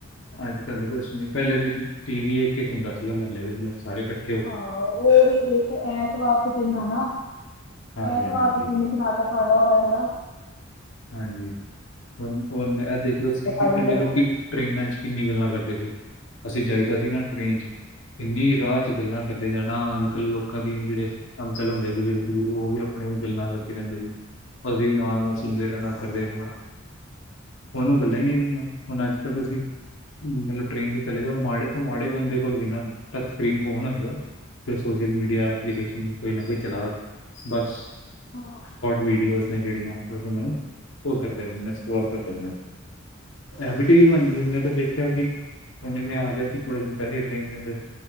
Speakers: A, on the left; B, on the left.
A: ਅੱਜ ਕੱਲ ਦੇ ਕੁਛ ਨੀ, ਪਹਿਲੇ ਟੀ ਵੀ ਇੱਕ- ਇੱਕ ਹੁੰਦਾ ਸੀਗਾ ਮਹਲੇ ਵਿਚ, ਸਾਰੇ ਕਠੇ
B: ਹਾਂ ਉਹ ਵੀ ਇੱਕ ਐਤਵਾਰ ਦੇ ਦਿਨ ਆ ਨਾ,
A: ਹਾਂਜੀ
B: ਐਤਵਾਰ
A: ਹਾਂਜੀ ਹਾਂਜੀ
B: ਦੇ ਦਿਨ ਨਾਟਕ ਆਉਣਾ ਹੁੰਦਾ ਅਦਾ ਹਨਾ।
A: ਹਾਂਜੀ ਹੁਣ ਹ ਇਹ ਦੇਖ ਲਓ ਤੁਸੀਂ ਕਿ
B: ਹਨਾ
A: ਪਹਿਲੇ ਲੋਕੀ ਟ੍ਰੇਨਾਂ ਚ ਕਿੰਨੀ ਗੱਲਾਂ ਕਰਦੇ ਸੀ, ਅਸੀਂ ਜਾਈਦਾ ਸੀ ਨਾ ਟ੍ਰੇਨ ਚ' ਇੰਨੀ ਰਾਤ ਗੱਲਾਂ ਕਰਦੇ ਜਾਣਾ, ਅੰਕਲ ਲੋਕਾਂ ਦੇ ਜਿਹੜੇ ਅੰਕਲ ਹੁੰਦੇ, ਬਜ਼ੁਰਗ -ਬਜੁਰਗ ਉਹ ਵੀ ਆਪਣੇ ਗੱਲਾਂ ਲੱਗੇ ਰਹਿੰਦੇ ਸੀ, ਅਸੀਂ ਵੀ ਨਾਲ -ਨਾਲ ਸੁਣਦੇ ਰਹਿਣਾ, ਕਰਦੇ ਰਹਿਣਾ। ਹੁਣ ਉਹ ਗੱਲਾਂ ਹੀ ਨਹੀਂ ਰਹੀਆਂ, ਹੁਣ ਅੱਜ ਕੱਲ ਤੁਸੀਂ ਮਤਲਬ ਟ੍ਰੇਨ ਤੇ ਚਲੇ ਜਾਓ, ਮਾੜੇ ਤੋਂ ਮਾੜੇ ਬੰਦੇ ਕੋਲ ਵੀ ਨਾ ਟੱਚ ਸਕਰੀਨ ਫੋਨ ਹੈਗਾ। ਸੋਸ਼ਲ ਮੀਡੀਆ ਐਪਲੀਕੇਸ਼ਨ ਕੋਈ ਨਾ ਕੋਈ ਚਲਾ ਬਸ
B: ਹਾਂ
A: ਵੀਡੀਓਜ਼ ਨੇ ਜਿਹੜੀਆਂ ਮ ਉਹ ਕਰਦੇ ਰਹਿੰਦੇ,। ਮ ਕਰ ਰਹ ਇਹ ਵੀਟੀੇ ਵੀ ਬਣ ਗਈ ਏ ਮੈਂ ਤਾਂ ਦੇਖ ਪੁਛਿਆ ਕਿ ਹੁ ਜਿਵੇਂ ਆ ਗਿਆ ਸੀ ਥੋੜੇ ਦਿਨ ਪਹਿਲੇ ਟ੍ਰੇਨ ਦੇ ਅੰਦਰ